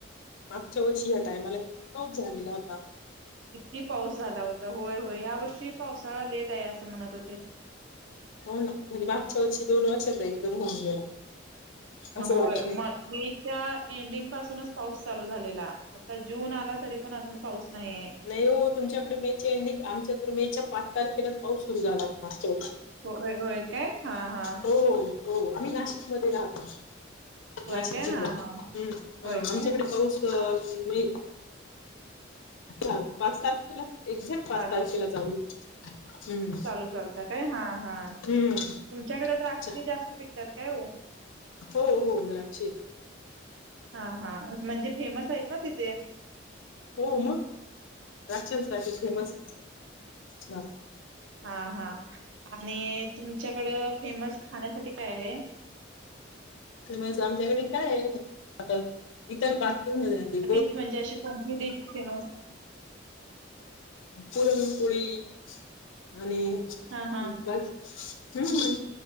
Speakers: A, on the left; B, on the right.
A: मागच्या वर्षी ह्या टायमाला किती पाऊस झालेला होता?
B: किती पाऊस झाला होता होय होय, ह्या वर्षी पावसाळा लेट आहे असं म्हणत होते.
A: हो ना म्हणजे, मागच्या वर्षी दोन वर्षाचा एकदम होऊन गेला.
B: म-होय,
A: असं वाटलंय.
B: मे च्या एडिंग पासूनच पाऊस चालू झालेला, आता जून आला तरी पण अजून पाऊस नाहीये
A: नाही हो तुमच्याकडे मे एंडिंग आमच्या तर मेच्या पाच तारखेलाच पाऊस सुरू झाला मागच्या वर्षी.
B: हो होय काय हा हा
A: हो हो आम्ही नाशिकमध्येध्ये राहतो
B: होय
A: नाशिक
B: काय
A: जिल्ह्यात
B: हा हा
A: हम्म
B: होय
A: ह
B: काय
A: आमच्याकडे पाऊस नाही
B: आज
A: चाल पाच तारखेला एक्झॅक्ट पाच
B: चालू
A: तारखेला चालू हम्म.
B: चालू चालत काय हा हा
A: हम्म.
B: तुमच्याकडे द्राक्षी
A: अच्छा.
B: जास्त पिकतात काय हो
A: हो हो द्राक्षे.
B: हा हा म्हणजे फेमस आहेत ना तिथे
A: हो मग रासाठी फेमस ब
B: हा हा आणि तुमच्याकड फेमस खाण्यासाठी काय आहे
A: ज आमच्याकडे काय आहे आता इतर म्हणजे
B: अ डिश म्हणजे अशी कोणती डश तेव
A: पुरणपुळी <inaudible> आणि
B: हां हां.
A: बा हम्